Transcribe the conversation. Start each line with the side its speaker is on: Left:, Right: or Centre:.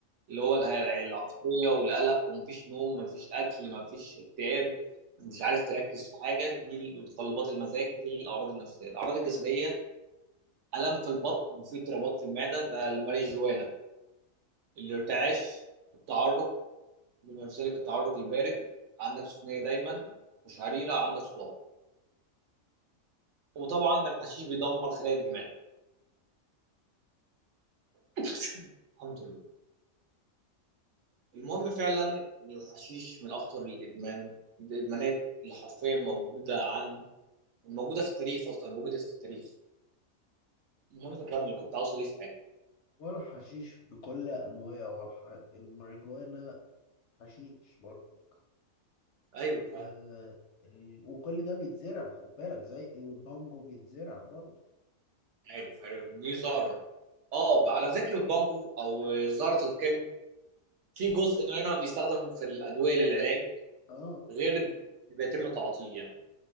Right: اللي هو اله- العصبية والقلق ومفيش نوم مفيش أكل مفيش اكتئاب مش عارف تركز في حاجة دي متطلبات المزاج دي الأعراض النفسية الأعراض الجسدية ألم في البطن وفي اضطرابات في المعدة ده الماريجوانا الارتعاش التعرق بما في ذلك التعرق البارد عندك سخونية دايما وشعريرة عندك صداع وطبعا الحشيش بيدمر خلايا الدماغ <laughs> الحمد لله المهم فعلا الحشيش من أخطر الإدمان الإدمانات اللي حرفيا موجودة موجوده في التاريخ اصلا وجدت في التاريخ المهم كمل كنت عاوز اضيف حاجه
Left: والحشيش بكل أنواعه والح... الماريجوانا حشيش برضه
Right: ايوه طبعاً،
Left: آه... ال... وكل ده بيتزرع خد بالك زي إيه، والبانجو بيتزرع برضه
Right: عارف عارف دي زهره اه على ذكر البانجو او زهره الكم في جزء منها بيستخدم في الادويه للعلاج
Left: اه
Right: غير بيتم تعاطيه يعني